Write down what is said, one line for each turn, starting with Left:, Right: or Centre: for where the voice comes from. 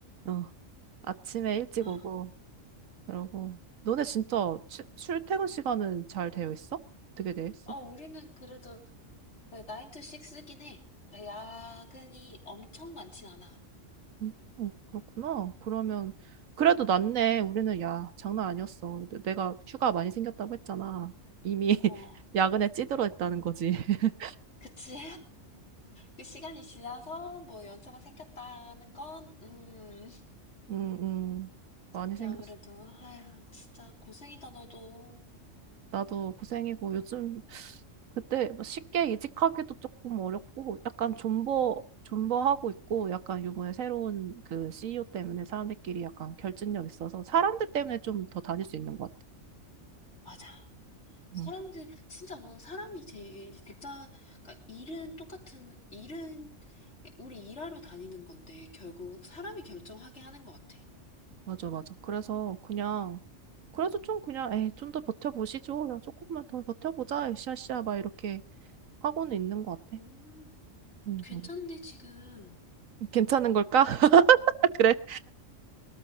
Right: 어. 어. 아침에 일찍
Left: 아,
Right: 오고 그러고 너네 진짜 출- 출퇴근 시간은 잘 되어 있어? 어떻게 되어 있어?
Left: 어 우리는 그래도 그 9 to 6긴 해. 야근이 엄청 많진 않아.
Right: 음, 음, 그렇구나. 그러면 그래도 낫네. 우리는 야, 장난 아니었어. 내- 내가 휴가 많이 생겼다고 했잖아. 이미 <laughs>
Left: 어,
Right: 야근에 찌들어 있다는 거지. <laughs>
Left: 그치? 그 시간이 지나서 뭐 연차가 생겼다는 건, 음,
Right: 음, 음, 많이
Left: 이제
Right: 생겼어.
Left: 아무래도, 아휴, 진짜 고생이다, 너도.
Right: 나도 고생이고 요즘 그때 뭐 쉽게 이직하기도 조금 어렵고 약간 존버 존버하고 있고 약간 요번에 새로운 그 CEO 때문에 사람들끼리 약간 결집력 있어서 사람들 때문에 좀 더 다닐 수 있는 것 같아.
Left: 맞아. 사람들,
Right: 응,
Left: 진짜 뭐, 사람이 제일, 직장, 그러니까 일은 똑같은, 일은, 우리 일하러 다니는 건데, 결국 사람이 결정하게 하는 것 같아.
Right: 맞아 맞아. 그래서 그냥 그래서 좀 그냥 에이 좀 더 버텨보시죠. 그냥 조금만 더 버텨보자. 으쌰으쌰 막 이렇게 하고는 있는 것 같아.
Left: 음,
Right: 응,
Left: 괜찮네,
Right: 응.
Left: 지금.
Right: 괜찮은 걸까? <laughs> 그래.